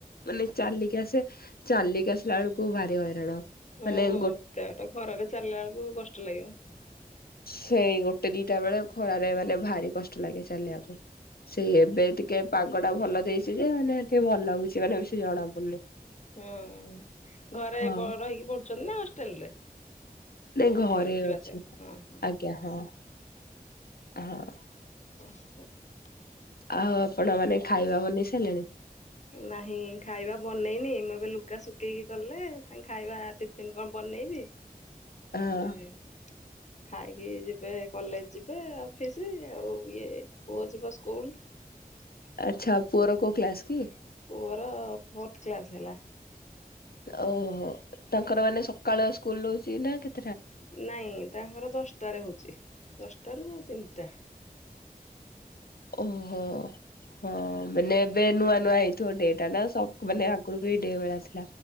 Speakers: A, on the left (about 80°); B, on the left (about 50°).
A: ମାନେ ଚାଲି କି ଆସେ ଚାଲିକି ଆସିଲା ବେଳକୁ ଭାରି ହଇରାଣ।
B: ହଁ
A: ମାନେ
B: ଏତେ
A: ଗୋ
B: ବାଟ ଖରା ରେ ଚାଲିଲା ବେଳକୁ କଷ୍ଟ ଲାଗିବ।
A: ସେଇ ଗୋଟେ ଦିଟା ବେଳେ ଖରାରେ ଗଲେ ଭାରି କଷ୍ଟ ଲାଗେ ଚାଲିଆକୁ। ସେଇ ଏବେ ଟିକେ ପାଗ ଟା ଭଲ ଦେଇଛି ଯେ ହେଲେ ଟିକେ ଭଲ ଲାଗୁଛି ମାନେ ବେସି ଜଣା ପଡୁନି।
B: ହୁଁ ଘରେ
A: ହଁ
B: ରହିକି ପଢୁଛନ୍ତି ନା ହଷ୍ଟେଲ ରେ।
A: ନାଇଁ ଘରେ
B: ଯିବା
A: ଅଛି
B: ଆସିବା ହଁ ହଁ।
A: ଆଜ୍ଞା ହଁ ହଁ।
B: <unintelligible>
A: ଆଉ ଆପଣ ମାନେ ଖାଇବା ବନେଇ ସାଇଲେଣି।
B: ନାହିଁ ଖାଇବା ବନେଇନି ମୁଁ ଏବେ। ଲୁଗା ଶୁଖେଇକି ଗଲେ ତାଙ୍କ ଖାଇବା ଟିଫିନ କଣ ବନେଇବି।
A: ହଁ
B: ଏ। ଖାଇକି ଯିବେ କଲେଜ ଯିବେ ଅଫିସ ଆଉ ଇଏ ପୁଅ ଯିବ ସ୍କୁଲ। ହ
A: ଆଚ୍ଛା ପୁଅର କୋଉଁ କ୍ଲାସ କି।
B: ପୁଅର ଫୋର୍ଥ କ୍ଲାସ ହେଲା।
A: ଓହୋ ତାଙ୍କର ମାନେ ସକାଳ ସ୍କୁଲ ରହୁଛି ନା କେତେ।
B: ନାଇଁ ତାଙ୍କର ଦଶଟାରେ ହଉଛି ଦଶ। ଟାରୁ ତିନିଟା।
A: ଓହୋ। ହଁ ମାନେ ଏବେ ନୂଆ ନୂଆ ହେଇଥିବ ଡେ ଟା ନା ସବୁ ମାନେ ଆଗରୁ ବି ଡେ ବେଳା ଥୀ